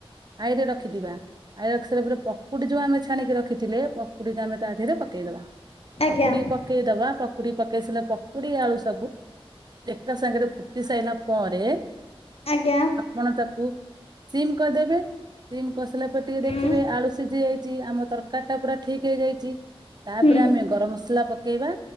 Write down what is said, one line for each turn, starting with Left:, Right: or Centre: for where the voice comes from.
Right: ହାଇରେ ରଖିଥିବା। ହାଇ ରଖିସରିଲା ପରେ ପକୁଡି ଯୋଉ ଆମେ ଛାଣିକି ରଖିଥିଲେ ପକୁଡିକୁ ଆମେ ତା ଦେହରେ ପକେଇଦବା। ପକୁଡି
Left: ଆଜ୍ଞା
Right: କୁ ପକେଇଦବା ପକୁଡି ପକେଇ ସାରିଲା ପକୁଡି ଆଳୁ ସବୁ ଏକା ସାଙ୍ଗରେ ଫୁ ଫୁଟି ସାଇଲା ପରେ
Left: ଆଜ୍ଞା।
Right: ମାନେ ତାକୁ ସିମ୍ କରିଦେବେ ସିମ୍ କରିସାରିଲା ପରେ ଟିକେ
Left: ହୁଁ
Right: ଦେଖିବେ। ଆଳୁ ସିଝି ଯାଇ ଆମ ତରକାରୀ ଟା ପୁରା ଠିକ ହେଇଯାଇଚି। ତାପରେ
Left: ହୁଁ
Right: ଆମେ ଗରମ ମସଲା ପକେଇବା